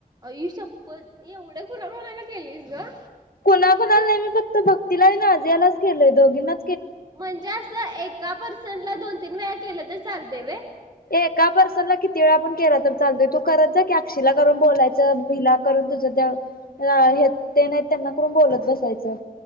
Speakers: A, on the right (about 25°); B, on the left (about 80°).
A: आई शप्पथ एवढं कुणा कुणाला केलस ग
B: कुणा कोुणाला नाही मी फक्त भक्तीला नाज्यालाच केलय दोघींना
A: म्हणजेच एका पर्सन ला दोन तीन वेळा केलं तर चालतय व्हय
B: एका पर्सनला किती वेळ आपण केला तर चालतोय तू करत जा की आक्षीला करून बोलायचं भिला करून तुझं हे ते नाही त्यांना करून बोलत बसायचं